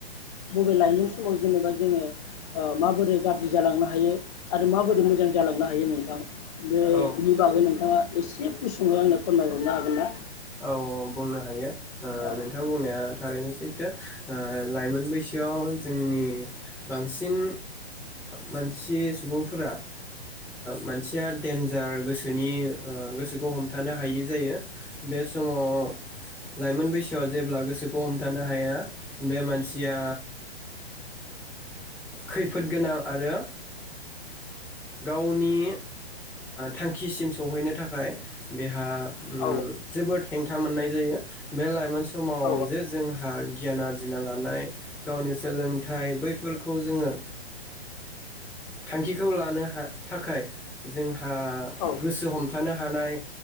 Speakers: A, on the left; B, in the centre.
A: बबे लाइमोन समाव जेनेबा जोङो माबोरै गाज्रि जालांनो हायो आरो माबोरै मोजां जालांनो हायो नोंथां बेनि
B: औ
A: बागै नोंथाङा एसे गुसुङै आंनो फोरमायहरनो हागोन ना
B: औ बुंनो नोंथां
A: औ
B: बुंनाया थारैनो सै लाइमोन बैसोआव जोंनि बांसिन मानसि सुबुंफोरा मानसिया डेनजार गोसोनि गोसोखौ हमथानो हायि जायो बे समाव लाइमोन बैसोआव जेब्ला गोसोखौ हमथानो हाया बे मानसिया खैफोद गोनां आरो गावनि थांखिसिम सहैनो थाखाय बेहा ओम
A: औ
B: जेबो हेंथा मोननाय जायो बे लायमोन मोनसे समाव
A: औ
B: जे जोंहा गियान आरजिना लानाय गावनि सोलोंथाइ बैफोरखौ जोंङो थांखिखौ लानो थाखाय जोंहा
A: औ
B: गोसो हमथानो हानाय